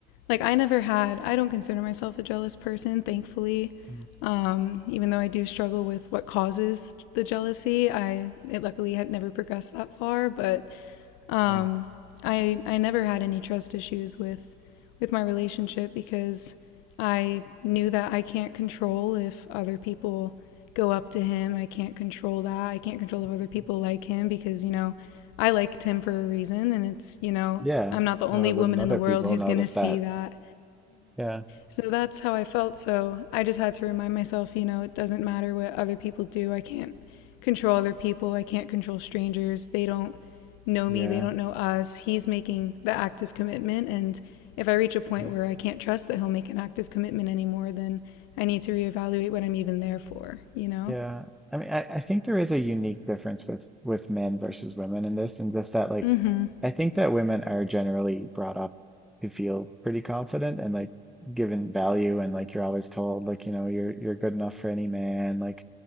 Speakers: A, on the left; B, in the centre.
A: Like, I never had, I don't consider myself a jealous person, thankfully.
B: Mm,
A: Um, even though I do struggle with what causes the jealousy, I it luckily had never progressed that far, but um,
B: Yeah.
A: I I never had any trust issues with with my relationship because I knew that I can't control if other people go up to him. I can't control that. I can't control
B: Mhm.
A: if other people like him because, you know, I liked him for a reason and it's, you know,
B: Yeah.
A: I'm not the only
B: Why wouldn't
A: woman
B: other
A: in the world
B: people
A: who's
B: notice
A: going to see
B: that?
A: that
B: Yeah.
A: so that's how I felt. So I just had to remind myself, you know, it doesn't matter what other people do. I can't control other people. I can't control strangers. They don't know
B: Yeah.
A: me. They don't know us. He's making the active commitment. And if I reach a point
B: Right.
A: where I can't trust that he'll make an active commitment anymore, then I need to reevaluate what I'm even there for, you know?
B: Yeah. I mean, I, I think there is a unique difference with with men versus women in this, and just that like
A: Mm hmm.
B: I think that women are generally brought up to feel pretty confident and like given value and like you're always told like, you know, you're you're good enough for any man. Like